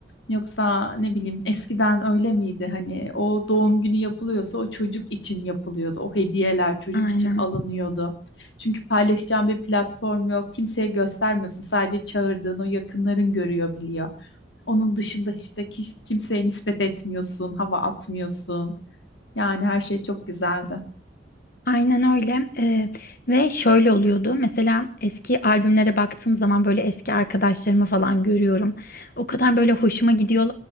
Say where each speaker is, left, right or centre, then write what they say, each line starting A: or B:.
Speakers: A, on the left (about 80°); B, on the left (about 55°).
A: Yoksa ne bileyim eskiden öyle miydi hani o doğum günü yapılıyorsa o çocuk için yapılıyordu. O hediyeler çocuk
B: aynen.
A: için alınıyordu. Çünkü paylaşacağın bir platform yok. Kimseye göstermiyorsun. Sadece çağırdığın o yakınların görüyor biliyor. Onun dışında işte kiş- kimseye nispet etmiyorsun, hava atmıyorsun. Yani her şey çok güzeldi.
B: Aynen öyle. Ee, ve şöyle oluyordu. Mesela eski albümlere baktığım zaman böyle eski arkadaşlarımı falan görüyorum. O kadar böyle hoşuma gidiyor,